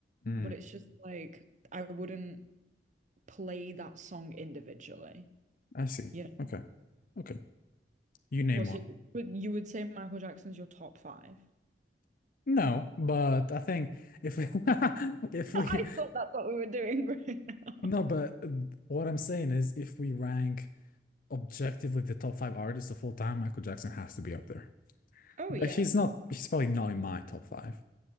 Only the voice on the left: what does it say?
Mm,
I see.
Okay.
Okay. You name
one.
No, but I think if we <laughs> if
we
no, but what I'm saying is if we rank objectively the top five artists of all time, Michael Jackson has to be up there.
But
he's not he's probably not in my top five.